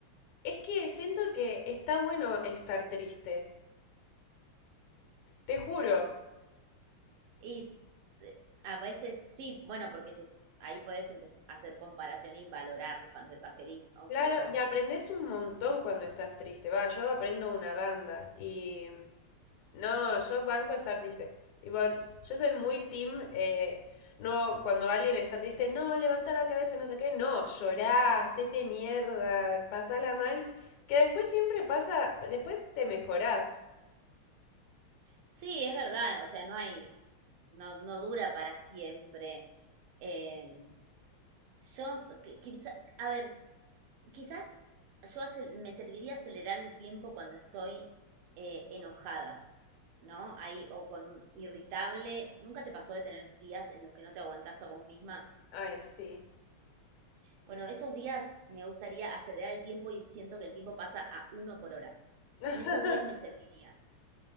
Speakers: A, on the left; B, on the right.
A: Es que siento que está bueno estar triste. Te juro.
B: Y s- de- a veces sí, bueno, porque si, ahí puedes empezar a hacer comparación y valorar cuando estás feliz, ¿no?
A: Claro,
B: Pero
A: y aprendes un montón cuando estás triste. Va, yo aprendo una banda y... No, yo banco estar triste. Tipo, yo soy muy team, eh, no, cuando alguien está triste, no, levanta la cabeza, no sé qué, no, llorá, hacete mierda, pasala mal, que después siempre pasa, después te mejorás.
B: sí, es verdad, o sea, no hay, no, no dura para siempre. Em, Yo, qui- quizá- a ver, quizás yo acel- me serviría acelerar el tiempo cuando estoy eh, enojada, ¿no? Ahí, o con un irritable. ¿Nunca te pasó de tener días en los que no te aguantás a vos misma?
A: Ay, sí.
B: Bueno, esos días me gustaría acelerar el tiempo y siento que el tiempo pasa a uno por hora.
A: <laughs>
B: En esos días me serviría.